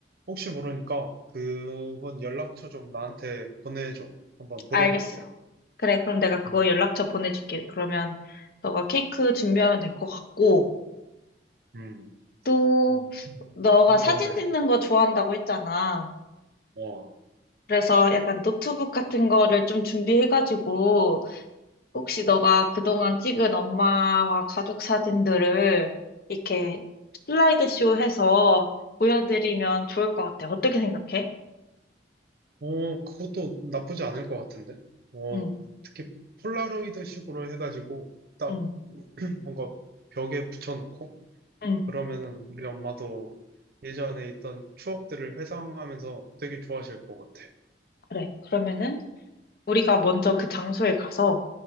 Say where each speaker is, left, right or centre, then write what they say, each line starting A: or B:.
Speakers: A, on the right (about 55°); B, on the left (about 55°).
A: 혹시 모르니까, 그분 연락처 좀 나한테 보내줘. 한번 물어볼게.
B: 알겠어. 그래, 그럼 내가 그거
A: 음,
B: 연락처 보내줄게. 그러면 너가 케이크 준비하면 될 것 같고,
A: 음,
B: 또
A: 음,
B: 너가
A: 어떤
B: 사진
A: 거래.
B: 찍는 거 좋아한다고 했잖아.
A: 아, 어.
B: 그래서 약간 노트북 같은 거를 좀 준비해가지고, 혹시 너가 그동안 찍은 엄마와 가족 사진들을 이렇게 슬라이드쇼 해서 보여드리면 좋을 것 같아. 어떻게 생각해?
A: 어, 그것도 나쁘지 않을 것 같은데? 어,
B: 응,
A: 특히 폴라로이드식으로 해가지고 딱
B: 응,
A: <clears throat> 뭔가 벽에 붙여놓고
B: 응.
A: 그러면은 우리 엄마도 예전에 있던 추억들을 회상하면서 되게 좋아하실 것 같아.
B: 그래. 그러면은 우리가 먼저 그 장소에 가서